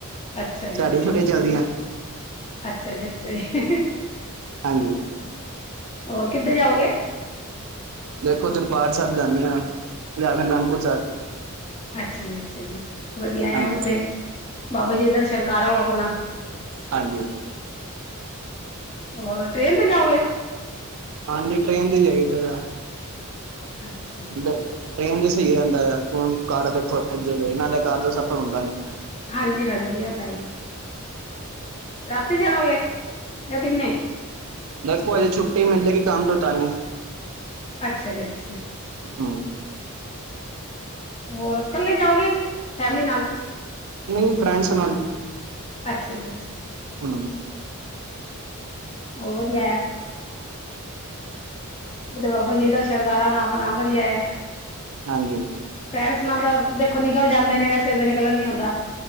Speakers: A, on the left; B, on the right.
A: ਅੱਛਾ ਜੀ,
B: ਸਾਡੀਆਂ ਛੁੱਟੀਆਂ ਚੱਲਦੀਆਂ
A: ਅੱਛਾ ਜੀ ਅੱਛਾ ਜੀ
B: ਹਾਂਜੀ
A: ਹੋਰ ਕਿੱਧਰ ਜਾਓਗੇ
B: ਦੇਖੋ ਦਰਬਾਰ ਸਾਹਿਬ ਜਾਂਦੇ ਹਾਂ ਜਾਂ ਨੰਦਪੁਰ ਸਾਹਿਬ
A: ਅੱਛਾ ਜੀ ਅੱਛਾ ਜੀ ਵਧੀਆ ਹੈ
B: ਹਾਂਜੀ
A: ਉੱਥੇ ਬਾਬਾ ਜੀ ਦਰਸ਼ਨ ਕਰ ਆਓ ਆਪਣਾ
B: ਹਾਂਜੀ
A: ਹੋਰ ਟ੍ਰੇਨ ਤੇ ਜਾਓਗੇ
B: ਹਾਂਜੀ ਟ੍ਰੇਨ ਤੇ ਹੀ ਜਾਇਦਾ
A: ਅੱਛਾ।
B: <unintelligible> ਟ੍ਰੇਨ ਤੇ ਸਹੀ ਰਹਿੰਦਾ ਆ ਹਣ ਕਾਰਾਂ <unintelligible> ਨਾਲੇ ਕਾਰ ਦਾ ਸਫ਼ਰ ਹੁੰਦਾ ਨਹੀ
A: ਹਾਂਜੀ-ਹਾਂਜੀ ਆ ਤਾ ਹੈ ਹੀ ਰਾਤੀ ਚੜੌਗੇ ਯਾ ਦਿਨੇ
B: ਦੇਖੋ ਹਜੇ ਛੁੱਟੀ ਮਿਲੇਗੀ ਕੰਮ ਤੋਂ ਤਾ ਹੀ
A: ਅੱਛਾ ਜੀ ਅੱਛਾ
B: ਹਮ
A: ਹੋਰ ਇਕੱਲੇ ਜਾਓਗੇ ਫੈਮਿਲੀ ਨਾਲ
B: ਨਹੀਂ ਫਰੈਂਡਸ ਨਾਲ
A: ਅੱਛਾ ਜੀ ਅੱਛਾ
B: ਹਮ
A: <unintelligible> ਉਹ ਤੇ ਬਾਬਾ ਜੀ ਦਰਸ਼ਨ ਕਰਾਂ ਨਾ ਆਪਣਾ ਵਧੀਆ ਹੈ।
B: ਹਾਂਜੀ
A: ਫੈਰਸ ਨਾਲ ਦਾ ਦੇਖੋ ਨਿਕਲ ਜਾਂਦੇ ਨੇ ਵੈਸੇ ਤਾਂ ਨਿਕਲਣ ਨੀ ਹੁੰਦਾ